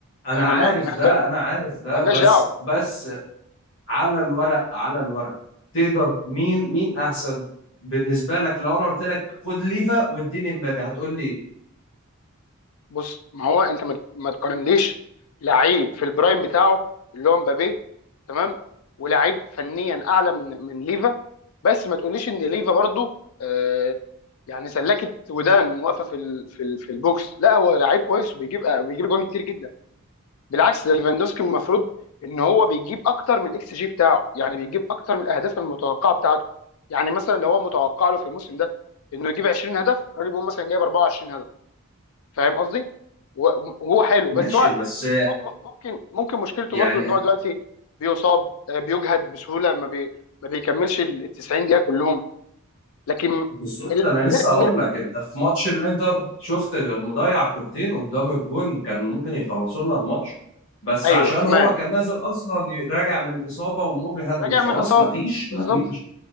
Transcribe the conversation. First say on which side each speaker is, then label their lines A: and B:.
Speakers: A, on the left; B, on the left.
A: انا
B: احنا
A: عارف
B: ما ما
A: ده
B: <laughs>
A: انا عارف ده
B: ما لناش
A: بس
B: دعوه
A: بس على الورق على الورق تقدر مين مين احسن بالنسبه لك لو انا قلت لك خد ليفا واديني مبابي هتقول لي
B: بص ما هو انت ما, ما تقارنليش لعيب في البرايم بتاعه اللي هو مبابي تمام ولعيب فنيا اعلى من من ليفا بس ما تقوليش ان ليفا برضو آه، يعني سلكت ودان واقفه في ال... في ال... في البوكس لا هو لعيب كويس وبيجيب آه، بيجيب جوان كتير جدا بالعكس ده ليفاندوسكي المفروض ان هو بيجيب اكتر من الاكس جي بتاعه يعني بيجيب اكتر من الاهداف المتوقعه بتاعته يعني مثلا لو هو متوقع له في الموسم ده انه يجيب 20 هدف الراجل بيقول مثلا جايب 24 هدف فاهم قصدي و- وهو حلو
A: ماشي
B: بس هو
A: بس
B: م- م- ممكن ممكن مشكلته
A: يعني
B: برضو ان هو دلوقتي بيصاب آه، بيجهد بسهوله ما بي ما بيكملش ال 90 دقيقه كلهم لكن
A: بالظبط
B: ال...
A: انا لسه
B: نر...
A: هقول
B: نر...
A: لك انت في ماتش الانتر شفت مضيع كورتين قدام الجون كان ممكن يخلصوا لنا الماتش بس
B: ايوه
A: عشان
B: تمام
A: هو كان نازل اصلا راجع من اصابه ومجهد
B: راجع
A: وخلاص
B: من اصابه
A: مفيش
B: بالظبط
A: مفيش